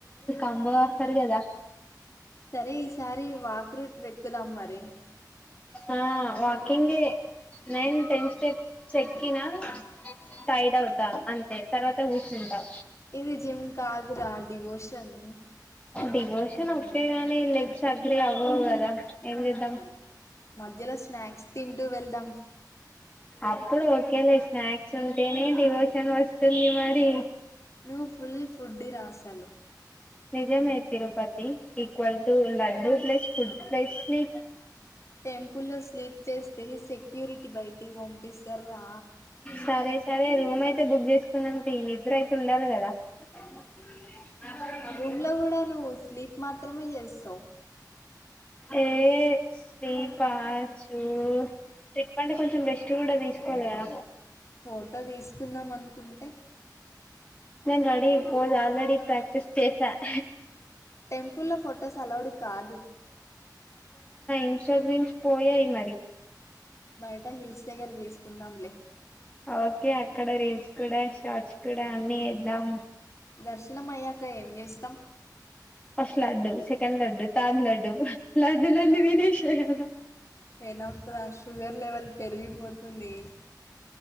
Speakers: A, on the left; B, on the left.
A: అమ్మ వస్తది కదా
B: సరే ఈసారి వాక్ క్రూట్ వెక్కుదాం మరి
A: ఆ వాకింగే నేను టెన్ స్టెప్ ఎక్కినా టైర్డ్ అవుతా అంతే తర్వాత కూచుంటాం
B: ఇది జిమ్ కాదురా డివోషన్
A: డివోషన్ ఒకేగాని లెగ్స్ అగడ అవ్వవు కదా ఏం చేద్దాం
B: మధ్యలో స్నాక్స్ తింటూ వెళ్దాం
A: అప్పుడు ఏం లే స్నాక్స్ ఉంటేనే డివోషన్ వస్తుంది మరి
B: నువ్వు ఫుల్ ఫుడ్డి రా అసలు
A: నిజమే Tirupati equal to laddu plus food plus ని
B: టెంపుల్లో స్లీప్ చేస్తే సెక్యూరిటీ బయటికి పంపిస్తారు రా
A: సరే సరే రూమ్ అయితే బుక్ చేసుకుందంత నిద్ర అయితే ఉండాలి కదా స
B: ఇందులో కూడా నువ్వు స్లీప్ మాత్రమే చేస్తావు
A: ఏ స్లీప చూ ట్రిప్ అంటే కొంచెం రెస్ట్ కూడా తీసుకోవాలి కదా
B: ఫోటో తీసుకుందాం అనుకుంటే
A: నేను రెడీ పోస్ ఆల్రెడీ ప్రాక్టీస్ చేసా <inaudible>
B: టెంపుల్ లో ఫొటోస్ అలౌడ్ కాదు
A: ఇన్స్టా రీల్స్ పోయాయి మరి
B: బయట హిల్స్ దగ్గర తీసుకుందాంలే
A: ఓకే అక్కడ రీల్స్ కూడా షార్ట్స్ కూడా అన్ని చేద్దాం
B: దర్శనం అయ్యాక ఏం చేస్తాం
A: ఫస్ట్ లడ్డు సెకండ్ లడ్డు థడ్ లడ్డు లడ్డు లన్ని తినేసేయాల
B: తేడా వస్తది ఆ షుగర్ లెవెల్ పెరిగిపోతుంది